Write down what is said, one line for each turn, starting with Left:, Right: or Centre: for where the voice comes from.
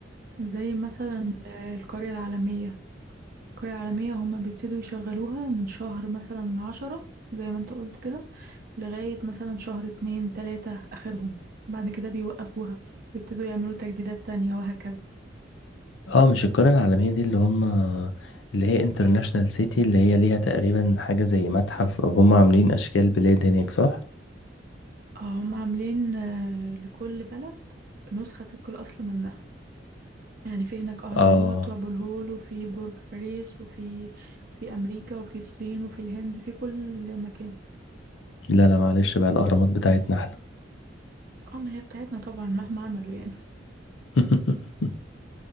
Right: زي مثلا آه، القرية العالمية القرية العالمية هما بيبتدوا يشغلوها من شهر مثلا عشرة زي ما انت قلت كده لغاية مثلا شهر اتنين تلاتة آخرهم بعد كده بيوقفوها بيبتدوا يعملوا تجديدات تانية وهكذا
Left: اه مش القرية العالمية دي اللي هم اللي هي انترناشنال سيتي اللي هي ليها تقريبا حاجة زي متحف او هم عاملين اشكال بلاد هناك صح؟
Right: آه، هم عاملين آه، لكل بلد نسخة طبق الأصل منها يعني في هناك أهرامات
Left: اه
Right: وأبو الهول وفي برج باريس وفي في أمريكا وفي الصين وفي الهند في كل مكان
Left: لا لا معلش بقى الاهرامات بتاعتنا احنا
Right: أم هي بتاعتنا طبعا مهما عملوا يعني
Left: <laughs>